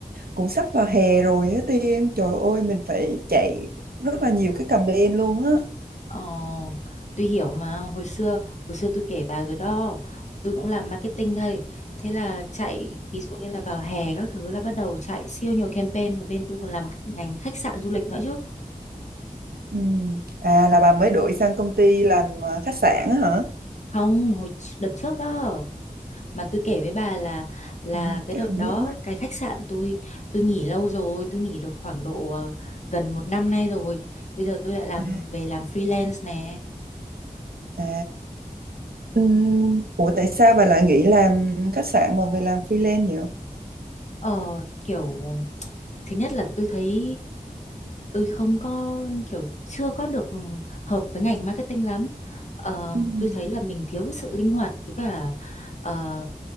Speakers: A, on the right; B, on the left.
A: cũng sắp vào hè rồi á Tiên. Trời ơi mình phải chạy rất là nhiều cái campaign luôn á.
B: Ờ, tôi hiểu mà, hồi xưa hồi xưa tôi kể bà rồi đó, tôi cũng làm marketing thôi. Thế là chạy, ví dụ như là vào hè các thứ là bắt đầu chạy siêu nhiều campaign mà bên tôi còn làm ngành khách sạn du lịch nữa chứ.
A: Ừ. À là bà mới đổi sang công ty làm ờ, khách sạn á hả?
B: Không, hồi đợt trước đó. mà tôi kể với bà là là
A: À,
B: cái
A: chứ
B: đợt
A: không
B: đó
A: nhớ.
B: cái khách sạn tôi tôi nghỉ lâu rồi tôi nghỉ được khoảng độ ờ, gần một năm nay rồi bây giờ tôi lại làm
A: À,
B: về làm freelance nè
A: à. Ừm, Ủa tại sao bà lại nghỉ làm khách sạn mà về làm freelance nhỉ?
B: ờ kiểu thứ nhất là tôi thấy tôi không có kiểu chưa có được ừ, hợp với ngành marketing lắm Ờ,
A: Ừm.
B: tôi thấy là mình thiếu cái sự linh hoạt với cả ờ,